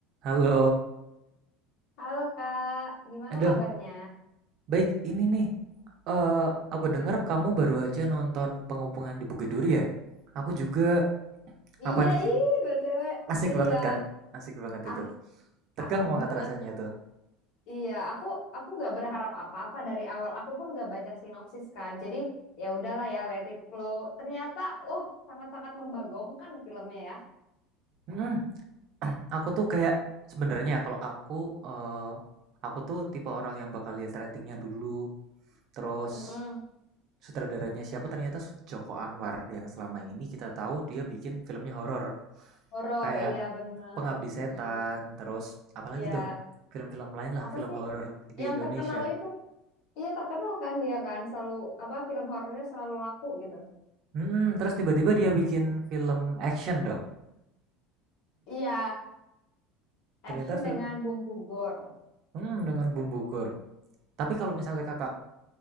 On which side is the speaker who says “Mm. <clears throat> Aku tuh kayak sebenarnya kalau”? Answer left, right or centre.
Right